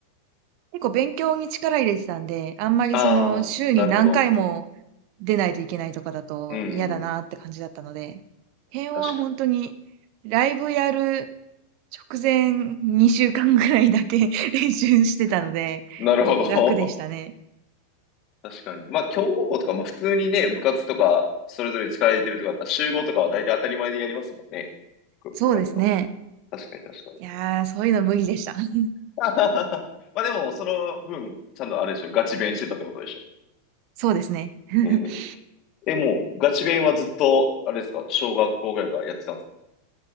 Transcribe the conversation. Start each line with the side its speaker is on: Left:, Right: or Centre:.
Right: 結構勉強に力入れてたんで、あんまりその、
Left: ああ、
Right: 週に何回も
Left: なるほど。
Right: 出ないといけないとかだと嫌だなって感じだったので、
Left: うんうん。
Right: 辺は本当に、
Left: 確か
Right: ライブやる直前2週間ぐらいだけ <laughs> 練習してたので、
Left: に。なるほど。
Right: 楽でしたね。
Left: <laughs> 確かに。まあ、強豪校とかも普通にね、部活とか、それぞれ力入れてるとかだったら、集合とかは大体当たり前でやりますもんね。部部活と。
Right: そうですね。
Left: 確かに確かに。
Right: いやー、そういうの無理でした。<laughs>
Left: <laughs> まあでも、その分、ちゃんとあれでしょ、ガチ勉してたってことでしょ。
Right: そうですね。<laughs>
Left: ええ、もう、ガチ勉はずっと、あれですか、小学校ぐらいからやってたんですか